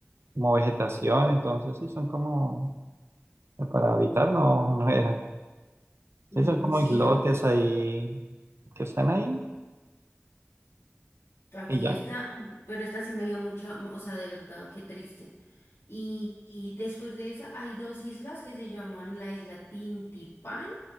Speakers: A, on the right (about 65°); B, on the left (about 85°).
A: como vegetación, entonces sí, son como, para habitar no, no eran,
B: Mm,
A: sí, son como
B: sí,
A: islotes
B: no.
A: ahí que están ahí
B: Aquí
A: y ya.
B: está, uy, pero esta sí me dio mucha, o sea, de verdad, qué triste. Y, y después de esa hay dos islas que se llaman la isla Tintipán